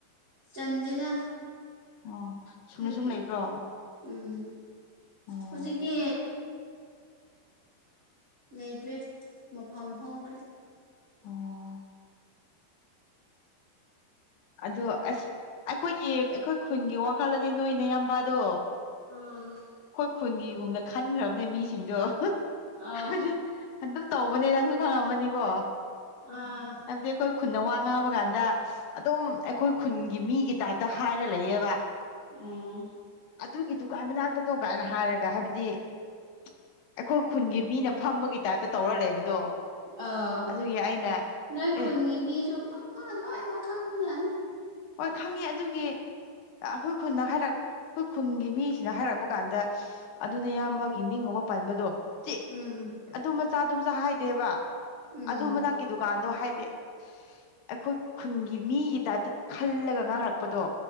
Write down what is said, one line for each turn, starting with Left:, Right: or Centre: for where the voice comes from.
Right: ꯆꯟꯗꯦꯗ
Left: ꯑꯣ
Right: ꯑꯩꯈꯣꯏ
Left: ꯁꯨꯝꯅ ꯁꯨꯝ ꯂꯩꯕ꯭ꯔꯣ?
Right: ꯎꯝ
Left: ꯑꯣ
Right: ꯍꯧꯖꯤꯛꯗꯤ ꯂꯩꯇ꯭ꯔꯦ ꯃꯐꯝ ꯍꯣꯡꯈ꯭ꯔꯦ꯫
Left: ꯑꯣ ꯑꯗꯣ ꯑꯁ ꯑꯩꯈꯣꯏꯒꯤ ꯑꯩꯈꯣꯏ ꯈꯨꯟꯒꯤ ꯋꯥꯈꯜꯗꯗꯤ ꯅꯣꯏꯅ ꯌꯥꯝꯕꯗꯣ
Right: ꯑꯥ
Left: ꯈꯣꯏ ꯈꯨꯟꯒꯤꯒꯨꯝꯅ ꯈꯟꯈ꯭ꯔꯕꯅꯦ ꯃꯤꯁꯤꯡꯗꯣ꯫
Right: ꯑꯥ
Left: <unintelligible> ꯑꯗꯨꯝ ꯇꯧꯕꯅꯦ ꯅꯪꯁꯨ ꯈꯪꯔꯝꯃꯅꯤꯀꯣ
Right: ꯑꯥ
Left: ꯍꯥꯏꯕꯗꯤ ꯑꯈꯣꯏ ꯈꯨꯟꯅ ꯋꯥ ꯉꯥꯡꯕ ꯀꯥꯟꯗ ꯑꯗꯨꯝ ꯑꯩꯈꯣꯏ ꯈꯨꯟꯒꯤ ꯃꯤꯒꯤ ꯇꯥꯏꯞꯇ ꯍꯥꯏꯔ ꯂꯩꯌꯦꯕ꯫
Right: ꯎꯝ
Left: ꯑꯗꯨꯒꯤꯗꯨꯀꯥꯏ ꯃꯅꯥꯛꯇꯗꯧ ꯀꯥꯏꯅ ꯍꯥꯏꯔꯒ ꯍꯥꯏꯕꯗꯤ ꯑꯩꯈꯣꯏ ꯈꯨꯟꯒꯤ ꯃꯤꯅ ꯐꯝꯕꯒꯤ ꯇꯥꯏꯞꯇ ꯇꯧꯔ ꯂꯩꯕꯗꯣ꯫
Right: ꯑꯥ
Left: ꯑꯗꯨꯒꯤ ꯑꯩꯅ
Right: ꯅꯣꯏ ꯈꯨꯟꯒꯤ
Left: ꯑꯦ
Right: ꯃꯤꯁꯨ ꯃꯃꯥ ꯂꯣꯏꯅꯃꯛ ꯈꯪꯕꯖꯥꯅꯤ꯫
Left: ꯍꯣꯏ ꯈꯪꯉꯦ ꯑꯗꯨꯒꯤ ꯑꯩꯈꯣꯏ ꯈꯨꯟꯅ ꯍꯥꯏꯔꯛ ꯑꯩꯈꯣꯏ ꯈꯨꯟꯒꯤ ꯃꯤꯁꯤꯡꯅ ꯍꯥꯏꯔꯛꯄ ꯀꯥꯟꯗ ꯑꯗꯨ ꯅꯌꯥꯝꯕꯒꯤ ꯃꯤꯡ ꯒꯨꯝꯕ ꯄꯟꯕꯗꯣ ꯆꯦ
Right: ꯎꯝ
Left: ꯑꯗꯨ ꯃꯆꯥꯗꯨ ꯃꯆꯥ ꯍꯥꯏꯗꯦꯕ
Right: ꯎꯝ
Left: ꯑꯗꯨ ꯃꯅꯥꯛ ꯗꯨꯀꯥꯟꯗꯣ ꯍꯥꯏꯗꯤ ꯑꯩꯈꯣꯏ ꯈꯨꯟꯒꯤ ꯃꯤꯒꯤ ꯇꯥꯏꯞꯇ ꯈꯜꯂꯒ ꯉꯥꯡꯔꯛꯄꯗꯣ